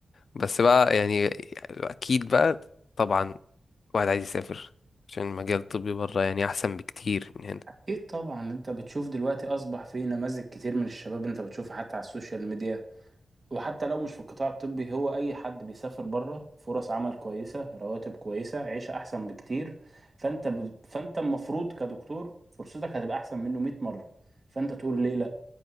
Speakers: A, on the left; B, on the right.
A: بس بقى يعني اكيد بقى طبعا واحد عايز يسافر عشان المجال الطبي بره يعني احسن بكتير من هنا
B: اكيد طبعا انت بتشوف دلوقتي اصبح في نماذج كتير من الشباب انت بتشوفها حتى على السوشيال ميديا وحتى لو مش في القطاع الطبي هو أي حد بيسافر بره فرص عمل كويسة رواتب كويسة عيشة أحسن بكتير فأنت ب... فأنت المفروض كدكتور فرصتك هتبقى أحسن منه 100 مرة فأنت تقول ليه لأ